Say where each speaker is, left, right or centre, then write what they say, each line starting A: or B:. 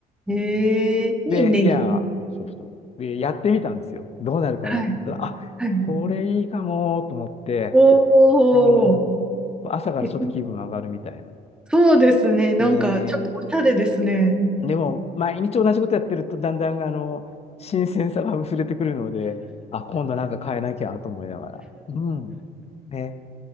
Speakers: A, in the centre; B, on the left (about 40°).
A: い。えー、
B: うんで、
A: にネギ。
B: いや、そうそう。で、やってみたんですよ。どうなるかなと思ったら、
A: はい、
B: あ、
A: はい。
B: これいいかもと思って、
A: おー、
B: うん。朝からちょっと気分上がるみたいな。
A: えそうですね。なんかちょっとおしゃれですね。
B: ねえ。でも、毎日同じことやってると、だんだん、あの、新鮮さが薄れてくるので、あ、今度なんか変えなきゃと思いながら。うん。ね。